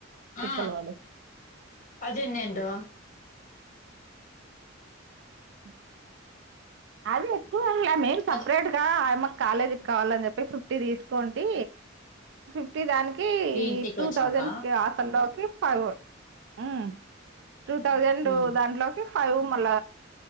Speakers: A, on the left; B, on the right.
A: ఆ
B: తిప్పలు పడి
A: అది ఎనేడు
B: అ అది ఎక్కువ యూట్యూబ్లో మెయిల్ సెపరేట్గా
A: అదే
B: ఆ అమ్మకి కాలేజీ కావాలని చెప్పి ఫిఫ్టీ తీసుకోంటి ఫిఫ్టీ దానికి కి
A: ఇంటికి
B: టూ
A: వచ్చినాక
B: థౌజండ్ కె ఆఫర్ లోకి పాగో ఆహు టూ థౌజండ్
A: ఉమ్
B: దాంట్లోకి ఫైవ్ మల్ల